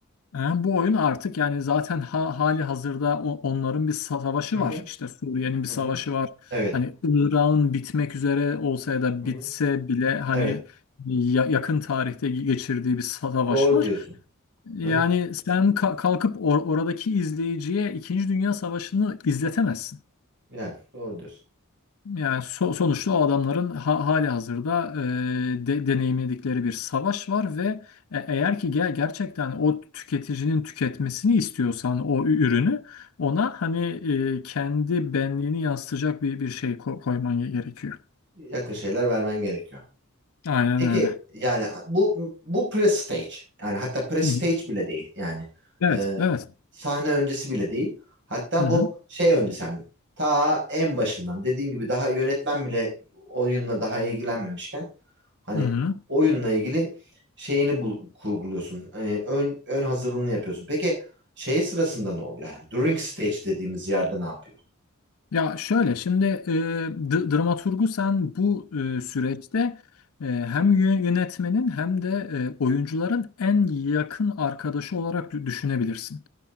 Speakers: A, on the left; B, on the right.
A: E, bu oyun artık yani zaten ha- hali hazırda o- onların bir sa- savaşı
B: Hı hı.
A: var. İşte Suriye'nin bir
B: Hı
A: savaşı
B: hı.
A: var.
B: Evet.
A: Hani Irak'ın bitmek üzere olsa ya da
B: Hı hı.
A: bitse bile hani
B: Evet.
A: ya- yakın tarihte geçirdiği bir savaş
B: Doğru
A: var.
B: diyorsun.
A: Yani
B: Hı hı.
A: sen ka- kalkıp or- oradaki izleyiciye İkinci Dünya Savaşı'nı izletemezsin.
B: Yani doğru diyorsun.
A: Yani so- sonuçta o adamların ha hali hazırda e, de- deneyimledikleri bir savaş var ve e- eğer ki ger- gerçekten o tüketicinin tüketmesini istiyorsan o ü- ürünü ona hani e, kendi benliğini yansıtacak bir, bir şey ko- koyman ge- gerekiyor.
B: Yakın şeyler vermen gerekiyor.
A: Aynen
B: Peki
A: öyle.
B: yani bu bu pre-stage yani hatta pre-stage
A: Hı hı.
B: bile değil yani
A: Evet,
B: Ee,
A: evet.
B: sahne öncesi bile değil hatta
A: Hı hı.
B: bu şey öncesi yani ta en başından dediğin gibi daha yönetmen bile oyunla daha ilgilenmemişken hani
A: Hı hı.
B: oyunla ilgili şeyini bul- kurguluyorsun Ee, ön, ön hazırlığını yapıyorsun peki şey sırasında ne oluyor yani during stage dediğimiz yerde ne yapıyor?
A: Ya şöyle şimdi e, d- dramaturgu sen bu e, süreçte e, hem yö- yönetmenin hem de e, oyuncuların en yakın arkadaşı olarak dü- düşünebilirsin.